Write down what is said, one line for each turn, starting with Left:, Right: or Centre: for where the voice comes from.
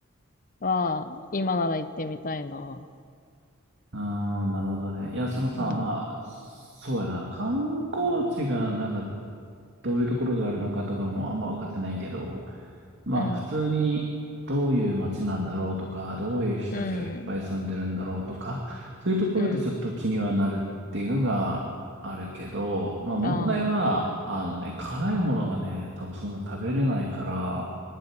Left: は、今なら行ってみたいな。
Right: ああ、なるほどね。いや、そのさ、
Left: うん。
Right: まあ、そうやな。観光地が、なんか、どういうところがあるのかとかもあんま分かってないけど、まあ、
Left: うん。
Right: 普通にどういう街なんだろうとか、どういう人たちがいっぱい住んでるんだろうとか、
Left: うん。
Right: そういうところでちょっと気にはなるっていうのがあるけど、
Left: う
Right: まあ、問題は、
Left: ん。あ
Right: あのね、辛いものがね、多分そんな食べれないから、